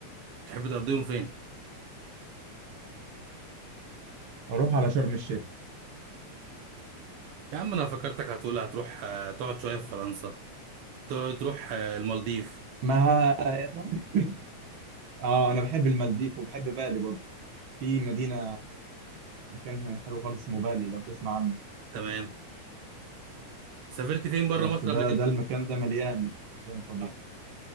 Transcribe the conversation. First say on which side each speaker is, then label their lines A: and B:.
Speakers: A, on the right; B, on the right.
A: تحب تقضيهم فين
B: أروح على شرم الشيخ
A: يا عم انا فكرتك هتقول هتروح آه، تقعد شويه في فرنسا ت- تروح آه، المالديف
B: ما <laughs> آه أنا بحب المالديف وبحب بالي برضه في مدينة مكانها حلو خالص اسمه بالي لو تسمع عنه
A: تمام سافرت فين بره
B: بس
A: مصر
B: ده
A: قبل كده
B: ده المكان ده مليان مليان طبيعة
A: آه.